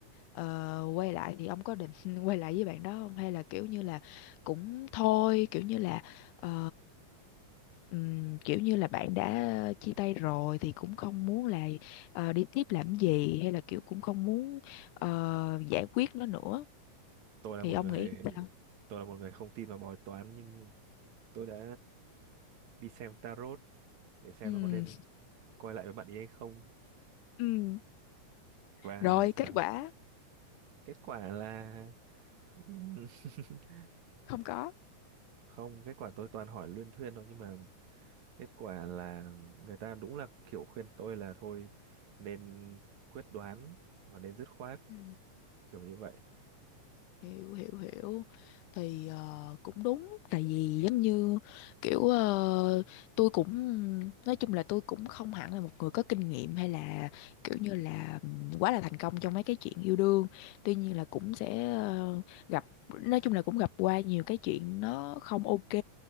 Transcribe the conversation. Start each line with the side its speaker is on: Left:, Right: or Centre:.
Left: ờ, quay lại thì ông có định <laughs> quay lại với bạn đó không? Hay là kiểu như là cũng thôi, kiểu như là ờ, ừm, kiểu như là bạn đã chia tay rồi thì cũng không muốn là ờ, đi tiếp làm gì hay là kiểu cũng không muốn ờ, giải quyết nó nữa
Right: tôi là
Left: thì
Right: một
Left: ông
Right: người
Left: nghĩ sao?
Right: tôi là một người không tin vào bói toán nhưng tôi đã đi xem tarot để xem
Left: Ừ,
Right: nó có nên quay lại với bạn ấy hay không
Left: ừ.
Right: và
Left: Rồi kết
Right: ờ,
Left: quả
Right: kết quả là <laughs>
Left: không có.
Right: không kết quả tôi toàn hỏi luyên thuyên thôi nhưng mà kết quả là người ta đúng là kiểu khuyên tôi là thôi nên quyết đoán và nên dứt khoát
Left: Ừ.
Right: kiểu như vậy
Left: hiểu hiểu hiểu thì ờ, cũng đúng tại vì giống như kiểu ờ, tôi cũng nói chung là tôi cũng không hẳn là một người có kinh nghiệm hay là kiểu như là ừm, quá là thành công trong mấy cái chuyện yêu đương tuy nhiên là cũng sẽ ờ, gặp nói chung là cũng gặp qua nhiều cái chuyện nó không ok